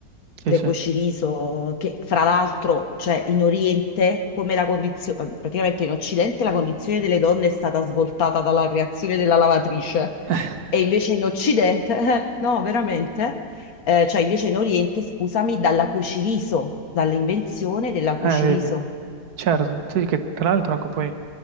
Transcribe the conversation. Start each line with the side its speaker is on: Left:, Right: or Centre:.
Right: Sì,
Left: Le
Right: sì.
Left: cuociriso, che fra l'altro, cioè in Oriente, come la condizione, ehm, praticamente in Occidente la condizione delle donne è stata svoltata dalla creazione della lavatrice,
Right: <laughs>
Left: e invece in Occidente, <laughs> eh, no, veramente, eh, cioè invece in Oriente, scusami, dalla cuciriso, dall'invenzione della cuciriso.
Right: Eh, vedi. Certo, sì, che tra l'altro, ecco, poi,